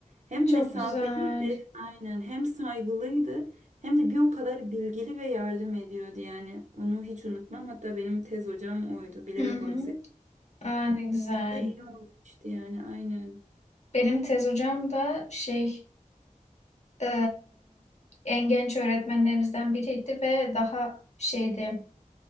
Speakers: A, on the right (about 60°); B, on the left (about 55°).
A: Hem
B: Çok
A: mesafeliydi,
B: güzel.
A: aynen hem saygılıydı. Hem de bir o kadar bilgili ve yardım ediyordu yani. Onu hiç unutmam. Hatta benim tez hocam oydu. Bilerek
B: Hı hı.
A: onu seçtim.
B: Aa, ne güzel.
A: Da iyi olmuştu yani aynen.
B: Benim tez hocam da şey e, en genç öğretmenlerimizden biriydi ve daha şeydi